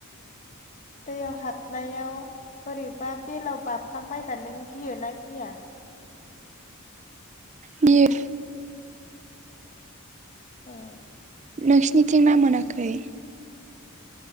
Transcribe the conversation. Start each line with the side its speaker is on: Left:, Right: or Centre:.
Left: <inaudible> दैयाव हाबनायाव बोरैबा बेलाव बाबफ्लांबायबा नों गियो ना गिया?
Right: गियो।
Left: ए।
Right: नोंसिनिथिं ना मोनाखै?